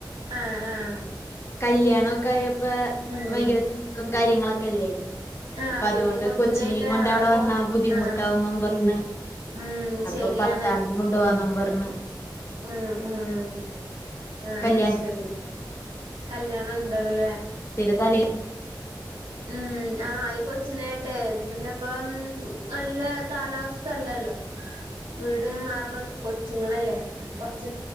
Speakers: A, on the right; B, on the left.
A: ആഹ് ആഹ്
B: കല്യാണൊക്കെ ആയപ്പോ
A: ഉം
B: ഭയങ്കര തെരക്കും കാര്യങ്ങളൊക്കെല്ലേ?
A: ആഹ്
B: അപ്പൊ അതുകൊണ്ട്
A: പിന്നെ കൊച്ചിനായിട്ട്
B: കൊച്ചിനെയും കൊണ്ട് അവിടെ
A: പോൺ
B: വന്നാ ബുദ്ധിമുട്ട്
A: ആഹ്
B: ട്ടാവും പറഞ്ഞ്
A: ഉം
B: അപ്പൊ
A: ശരിയാണ്
B: പത്താംതി കൊണ്ടോകാന്നും പറഞ്
A: ഉം ഉം ആഹ്
B: കല്യാണത്തിന്റെ
A: ശരി കല്യാണം ഉണ്ടടുവല്ലേ?
B: പിന്നെ തലേ
A: ഉം ആ ഈ കൊച്ചിനായിട്ടെ പിന്നെ ഇപ്പം നല്ല കാലാവസ്ഥയല്ലല്ലോ വീട് മാർമ കൊച്ചുങ്ങളല്ലേ കൊറച്ച്